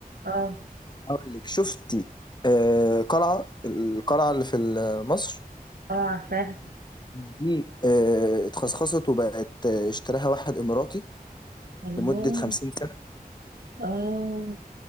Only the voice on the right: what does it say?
اه
اه عارفاها
الله
اه